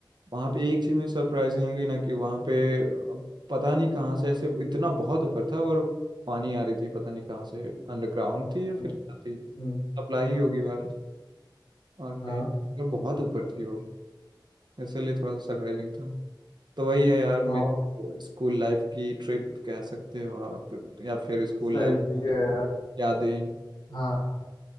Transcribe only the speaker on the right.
वहां पे एक चीज मुझे सरप्राइजिंग लगी ना कि वहां पे अ, पता नहीं कहाँ से ऐसे इतना बहुत ऊपर था और पानी आ रही थी पता नहीं कहाँ से अंडरग्राउंड थी या फिर
क्या थी
सप्लाई होगी यार और क्या
ही और बहुत ऊपर थी वो इसलिए थोड़ा सा सरप्राइजिंग था तो वही है यार मेरी
स्कूल लाइफ की ट्रिप कह सकते हो आप या फिर स्कूल
लाइफ
यादें